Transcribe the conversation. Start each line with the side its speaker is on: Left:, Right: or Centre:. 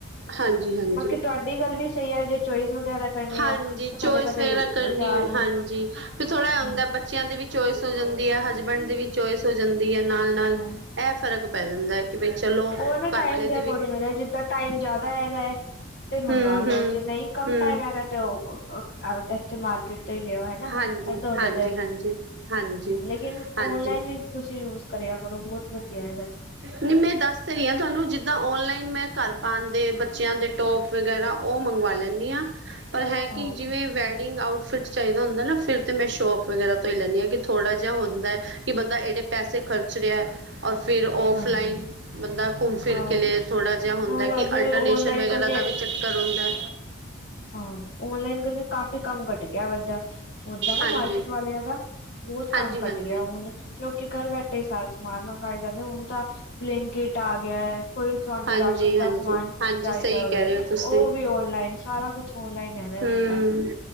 Right: ਹਾਂਜੀ ਹਾਂਜੀ
Left: ਬਾਕੀ ਤੁਹਾਡੀ ਗੱਲ ਵੀ ਸਈ ਐ ਜੇ ਚੋਇਜ਼ ਵਗੈਰਾ ਕਰਨੀ
Right: ਹਾਂਜੀ
Left: ਹੋ ਤਾਂ
Right: ਚੋਇਸ
Left: ਕਦੇ ਕਦੇ
Right: ਵਗੈਰਾ ਕਰਨੀ
Left: ਬਾਜ਼ਾਰ
Right: ਹੋਏ ਹਾਂਜੀ ਫਿਰ ਥੋੜਾ ਐ ਹੁੰਦਾ
Left: ਹਮ
Right: ਬ ਬੱਚਿਆਂ ਦੀ ਵੀ ਚੋਇਸ ਹੋ ਜਾਂਦੀ ਐ, ਹਸਬੈਂਡ ਦੀ ਵੀ ਚੋਇਸ ਹੋ ਜਾਂਦੀ ਐ, ਨਾਲ-ਨਾਲ
Left: ਹਾਂ
Right: ਐ ਫ਼ਰਕ ਪੈ ਜਾਂਦਾ ਕਿ ਬਈ ਚਲੋ
Left: ਉਹ ਨਾ ਟਾਈਮ
Right: ਘਰ ਵਾਲੇ
Left: ਦੇ
Right: ਦੀ
Left: ਅਕੋਰਡਿੰਗ
Right: ਵੀ
Left: ਜਿੱਦਾਂ ਟਾਈਮ ਜਿਆਦਾ ਹੈਗਾ ਤੇ ਮੰਗਾ
Right: ਹਮ
Left: ਲੋ,
Right: ਹਮ
Left: ਜੇ ਨਹੀਂ ਕੰਮ
Right: ਹਮ
Left: ਟਾਈਮ ਹੈਗਾ ਤੇ ਓਹ ਉ ਅਕ ਐਥੇ ਮਾਰਕੀਟ ਤੋਂ ਈ ਲਿਆ ਹੋਏ
Right: ਹਾਂਜੀ
Left: <unintelligible>
Right: ਹਾਂਜੀ
Left: ਜਟੇ
Right: ਹਾਂਜੀ ਹਾਂਜੀ
Left: ਲੇਕਿਨ
Right: ਹਾਂਜੀ
Left: ਔਨਲਾਈਨ ਵੀ ਤੁਸੀਂ ਯੂਸ ਕਰਿਆ ਕਰੋ ਬੋਤ ਵਧੀਆ ਹੈਗਾ।
Right: ਨਹੀਂ ਮੈਂ ਦੱਸ ਤੇ ਰੀ ਆਂ ਤੁਹਾਨੂੰ ਜਿੱਦਾਂ ਔਨਲਾਈਨ ਮੈਂ ਘਰ ਪਾਣ ਦੇ ਬੱਚਿਆਂ ਦੇ ਟੋਪ ਵਗੈਰਾ ਓਹ ਮੰਗਵਾ ਲੈਂਣੀ ਆਂ ਪਰ ਹੈ ਕਿ
Left: ਆਹੋ
Right: ਜਿਵੇਂ ਵੈਡਿੰਗ ਆਊਟਫਿਟ ਚਾਹੀਦਾ ਹੁੰਦਾ ਨਾ ਫਿਰ ਤੇ ਮੈਂ ਸ਼ੋਪ ਵਗੈਰਾ ਤੋਂ ਈ ਲੈਂਣੀ ਆਂ ਕਿ ਥੋੜਾ ਜਾ ਹੁੰਦਾ ਕਿ ਬੰਦਾ ਏਡੇ ਪੈਸੇ ਖਰਚ ਰਿਹਾ ਔਰ ਫਿਰ ਔਫਲਾਈਨ
Left: ਹਾਂਜੀ
Right: ਬੰਦਾ ਘੁੰਮ ਫਿਰ
Left: ਆਹੋ
Right: ਕੇ ਲੇ ਥੋੜਾ ਜਾ ਹੁੰਦਾ
Left: ਵੈਸੇ
Right: ਕਿ ਅਲਟਰਨੇਸ਼ਨ
Left: ਵੀ ਓਨਲਾਈਨ
Right: ਵਗੈਰਾ
Left: ਕਰਕੇ
Right: ਦਾ ਵੀ ਕਰਾਉਂਦਾ
Left: ਹਾਂ, ਔਨਲਾਈਨ ਕਰਕੇ ਕਾਫੀ ਕੰਮ ਘੱਟ ਗਿਆ ਵਦਾ ਓਦਾਂ ਨਾ
Right: ਹਾਂਜੀ
Left: ਮਾਰਕੀਟ ਵਾਲਿਆਂ ਦਾ ਬੌਤ ਕੰਮ
Right: ਹਾਂਜੀ
Left: ਘੱਟ
Right: ਹਾਂਜੀ
Left: ਗਿਆ। ਹੁਣ ਲੋਕੀ ਘਰ ਬੈਠੇ ਹੀ ਸਾਰਾ ਸਮਾਨ ਮੰਗਾਏ ਜਾਂਦੇ, ਹੁਣ ਤਾਂ ਬਲਿੰਕੇਟ ਆ ਗਿਆ। ਕੋਈ ਵੀ ਤੁਹਾਨੂੰ
Right: ਹਾਂਜੀ
Left: ਰਾਸ਼ਨ ਦਾ
Right: ਹਾਂਜੀ
Left: ਸਮਾਨ
Right: ਹਾਂਜੀ
Left: ਚਾਈਦਾ
Right: ਸਹੀ
Left: ਹੋਵੇ
Right: ਕਹਿ ਰਹੇ ਹੋ ਤੁਸੀਂ
Left: ਓਹ ਵੀ ਔਨਲਾਈਨ ਸਾਰਾ ਕੁਛ ਔਨਲਾਈਨ। ਹੈਗਾ
Right: ਹੂੰ,
Left: ਹੁਣ ਤਾਂ